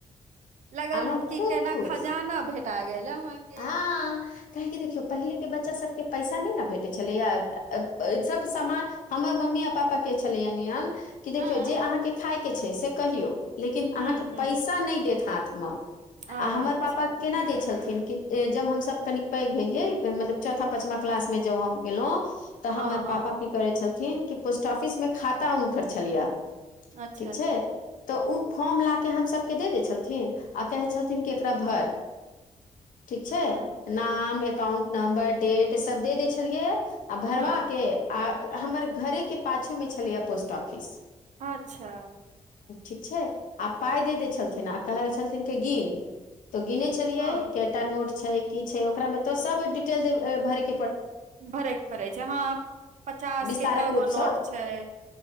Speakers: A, on the right; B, on the left.
A: लागल
B: आब हम
A: कि
B: खूब
A: जेना
B: खुश
A: खजाना भेटा गेल अहाँके।
B: हँ काहेकि देखियौ पहिलेके बच्चा सबके पैसा नहि ने भेटै छलैये, सब समान। हमर मम्मी आ पापा के छलैये नियम। कि देखियौ
A: हँ
B: जे अहाँके खाय के छै से कहियौ, लेकिन
A: हूँ
B: अहाँके
A: हूँ
B: पैसा नहि देत हाथ में।
A: अच्छा
B: आ हमर पापा केना दै छलखिन कि। ए जब हमसब कनी पैघ भेलिये, मतलब चौथा- पँचमा क्लास। में जब हम गेलहुँ तऽ
A: हँ
B: हमर
A: हँ
B: पापा। की करै छलथिन कि पोस्ट ऑफिस में खाता हुनकर छलैयै,
A: अच्छा
B: ठीक छै। तऽ ओ फॉर्म ला क हमसभके दे दै छलथिन आ कहै छलथिन कि एकरा भर। ठीक छैय
A: हँ
B: नाम, एकाउंट नंबर डेट सब दे दै छलियैए। आ भरवा
A: हँ
B: के आ हमर घरे के पाछु मे छलैया पोस्ट ऑफिस।
A: अच्छा।
B: ठीक छैय आ पाइ दे देै छलथिन आ कहै छलखिन की गिन तऽ गिने छलियै
A: हँ
B: कयटा नोट छैय की छैय ओकरामे त सब डिटेल भरयके
A: भरयके पड़ै छैय, हँ पचास
B: विस्तारक
A: के कय गो
B: रूपसँ
A: नोट छैय।